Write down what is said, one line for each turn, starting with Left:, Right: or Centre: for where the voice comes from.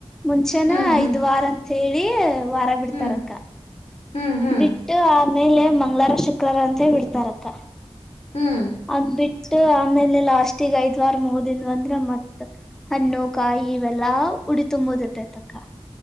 Centre: ಮುಂಚೆನ
Left: ಹ್ಮ್ ಹ್ಮ್
Centre: ಐದ್ ವಾರ ಅಂತ ಹೇಳಿ ವಾರ ಬಿಡ್ತಾರಕ್ಕ
Left: ಹ್ಮ್ ಹ್ಮ್ ಹ್ಮ್
Centre: ಬಿಟ್ಟು ಆಮೇಲೆ ಮಂಗ್ವಾರ ಶುಕ್ರವಾರ ಅಂತ ಬಿಡ್ತಾರಕ್ಕ
Left: ಹ್ಮ್
Centre: ಅದ್ ಆಮೇಲೆ ಲಾಸ್ಟಗ ಐದ್ ವಾರ ಮುಗದಿಂದ ಬಂದ್ರ ಮತ್ತ್ ಹಣ್ಣು ಕಾಯಿ ಇವೆಲ್ಲಾ ಉಡಿ ತುಂಬೋದಿರ್ತೆತಕ್ಕ